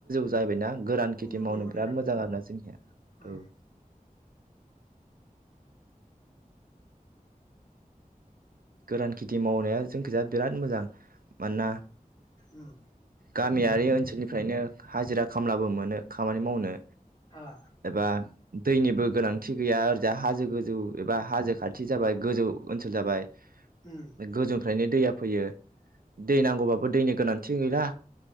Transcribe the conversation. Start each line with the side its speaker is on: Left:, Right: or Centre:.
Right: जायबायना <unintelligible> गोरान खेथि
Left: उम
Right: मावनो
Left: नंगौ
Right: बिराद
Left: नोंथां
Right: मोजां आरोना जोंनिया
Left: उम
Right: औ गोरान खेथि मावनाया जोंनिखैजा बिराद मोजां मानोना
Left: उम
Right: गामियारि ओनसोलनिफ्रायनो हाजिरा खामलाबो मोनो खामानि मावनो
Left: आ
Right: एबा दैनिबो गोनांथि गैया ओरैजा हाजो गोजौ एबा हाजो खाथि जाबाय गोजौ ओनसोल जाबाय
Left: उम
Right: गोजौनिफ्रायनो दैया फैयो दै नांगौबाबो दैनि गोनांथि गैला